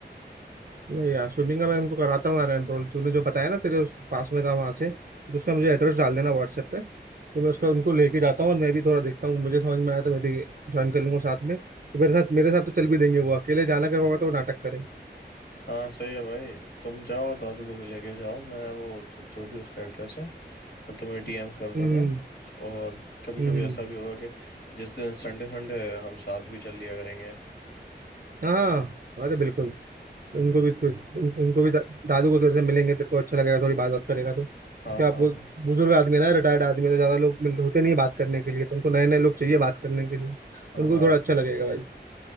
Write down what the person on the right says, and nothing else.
वही यार स्विमिंग का मैं उनको कराता हूँ यार एनरोल तूने जो बताया ना तेरे उस पास में था वहां से तो उसका मुझे एड्रेस डाल देना व्हाट्सएप पे तो मैं उसका उनको लेके जाता हूँ और मैं भी थोड़ा देखता हूँ मुझे समझ में आया तो मैं भी ज्वाइन कर लूंगा साथ में तो मेरे साथ मेरे साथ तो चल भी देंगे वो अकेले जाना का होगा तो वो नाटक करेंगे
हम्म
हम्म
हाँ हाँ, अरे बिल्कुल उनको भी उन- उनको भी दा, दादू को तेरे से मिलेंगे तेरे को अच्छा लगेगा थोड़ी बात बात करेगा तो
क्या
आपको बुजुर्ग आदमी है ना रिटायर्ड आदमी है, तो ज्यादा लोग मिलते होते नहीं बात करने के लिए तो उनको नए नए लोग चाहिए बात करने के लिए तो
उनको भी
थोड़ा अच्छा लगेगा भाई